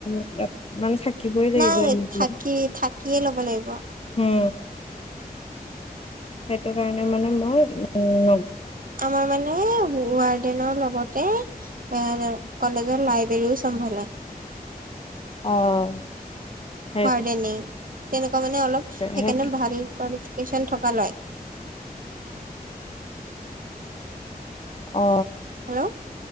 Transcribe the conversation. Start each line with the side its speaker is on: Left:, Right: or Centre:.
Left: <inaudible> মানে থাকিবই লাগিব
Right: নাই
Left: এনেকেই
Right: থাকি থাকিয়ে ল'ব লাগিব
Left: উম, সেইটো কাৰণে মানে মই উম, ন
Right: আমাৰ মানে, ৱাৰ্ডেনৰ লগতে, এই কলেজ যত, লাইব্ৰেৰীও চম্ভলে।
Left: অ, সেইটোৱে
Right: ৱাৰ্ডেনই তেনেকুৱা মানে অলপ, সেইকাৰণে
Left: সেই
Right: ভাল <inaudible> থকা ল'ৰাই।
Left: অ,
Right: হেল্ল'